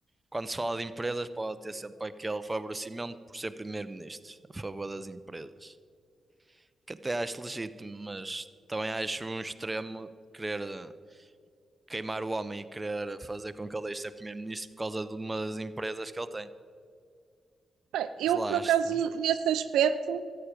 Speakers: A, on the right; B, on the right.
A: quando se fala de empresas pode ter sempre aquele favorecimento por ser primeiro-ministro a favor das empresas. Que até acho legítimo, mas também acho um extremo querer eh, queimar o homem e querer fazer com que ele deixe de ser primeiro-ministro por causa de umas empresas que ele tem.
B: Bem, eu,
A: Mas lá
B: por acaso,
A: está.
B: nesse aspecto,